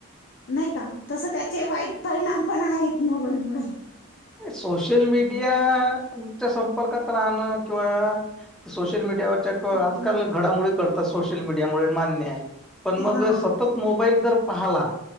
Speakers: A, on the left; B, in the centre.
A: नाही का तस त्याचे वाईट परिणाम पण आहेत मोबाईल मुळे.
B: सोशल मीडिया त <unintelligible> संपर्कात राहण किंवा सोशल मीडियावरच्या किंवा
A: पब्लिक
B: आजकाल घडामोडी कळ सोशलमीडिया मुळे मान्य आहे, पण मग
A: हा
B: सतत मोबाईल जर, पाहाला